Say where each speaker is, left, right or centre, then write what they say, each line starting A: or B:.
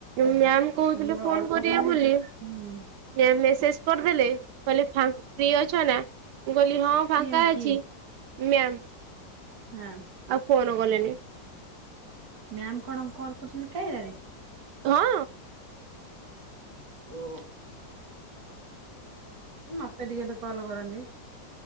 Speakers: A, on the right; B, on the right.
A: ମ୍ୟାମ୍ କହୁଥିଲେ
B: ମୋର
A: ଫୋନ୍
B: ଅଳ୍ପ
A: କରିବେ
B: ଖାଇଲେ
A: ବୋଲି,
B: ହୁଁ
A: ମେ-ମେସେଜ କରିଦେଲେ କହିଲେ ଫା ଫ୍ରି ଅଛ ନା? ମୁଁ କହିଲି ହଁ ଫାଙ୍କା
B: କିଏ କିଏ
A: ଅଛି। ମ୍ୟାମ୍
B: ହଁ
A: ଆଉ ଫୋନ୍ ଗଲେନି <inaudible>
B: ମ୍ୟାମ କଣ କଲ କରୁଛନ୍ତି କାଇୟାରେ।
A: ହଁ
B: ଓ! ମତେ ଟିକେ ହେଲେ କଲ କରନ୍ତି।